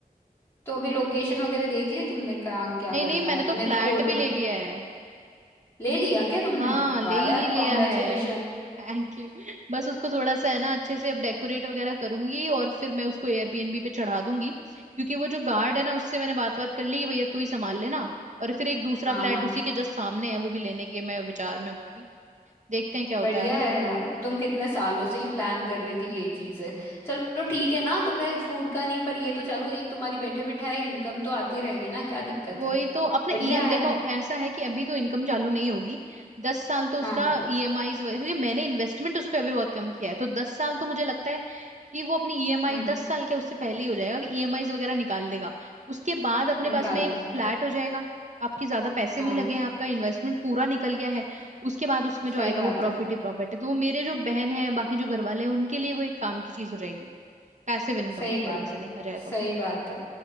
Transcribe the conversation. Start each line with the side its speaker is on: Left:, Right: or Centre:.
Left: तो अभी लोकेशन वगैरह देख ली तुमने क्या क्या
Right: नहीं
Left: करना
Right: नहीं मैंने
Left: है
Right: तो
Left: मैं
Right: फ्लैट
Left: तो बोल
Right: भी
Left: रही
Right: ले
Left: हूँ
Right: लिया है
Left: ले लिया क्या तुमने
Right: हाँ ले
Left: वाह
Right: ही
Left: यार
Right: लिया
Left: कॉन्ग्रेचुलेशन
Right: है Thank you बस उसको थोड़ा सा है ना अच्छे से अब डेकोरेट वगैरह करूंगी और फिर मैं उसको एयरबीएनबी पे चढ़ा दूंगी क्योंकि वो जो गार्ड है ना उससे मैंने बात बात कर ली कि भैया तू ही संभाल लेना और फिर एक दूसरा
Left: हाँ
Right: फ्लैट
Left: हाँ
Right: उसी के जस्ट सामने है वो भी लेने के मैं विचार में हूँ अभी देखते हैं क्या होता
Left: बढ़िया
Right: है आगे
Left: है
Right: तो
Left: यार तुम कितने सालों से ही प्लान कर रही थी ये चीज है चलो ठीक है ना तुमने फूड का नहीं पर ये तो चलो एक तुम्हारी बैठे बिठाए इनकम तो आती रहेगी ना क्या दिक्कत
Right: वही
Left: है
Right: तो अपना
Left: बढ़िया
Right: ईएम
Left: है
Right: देखो ऐसा है कि अभी तो इनकम चालू नहीं होगी दस साल तो उसका
Left: हाँ
Right: ईएमआई क्योंकि मैंने इन्वेस्टमेंट उस पर अभी बहुत कम किया है तो दस साल तो मुझे लगता है कि वो अपनी ईएमआई
Left: हम्म
Right: दस साल के उससे पहले ही हो जाएगा कि ईएमआईज वगैरह निकाल देगा उसके बाद अपने
Left: निकाल
Right: पास में
Left: लेंगे
Right: एक फ्लैट हो जाएगा आपकी ज्यादा पैसे
Left: हाँ
Right: नहीं लगे हैं आपका इन्वेस्टमेंट पूरा निकल गया है उसके बाद उसमें
Left: सही
Right: जो आएगा
Left: बात
Right: वो प्रॉफिट
Left: है
Right: ही प्रॉफिट है तो वो मेरे जो बहन है बाकी जो घर वाले हैं उनके लिए वो एक काम की चीज हो जाएगी पैसिव इनकम
Left: सही
Right: एक
Left: बात
Right: तरीके से
Left: है
Right: देखा जाए
Left: सही
Right: तो
Left: बात है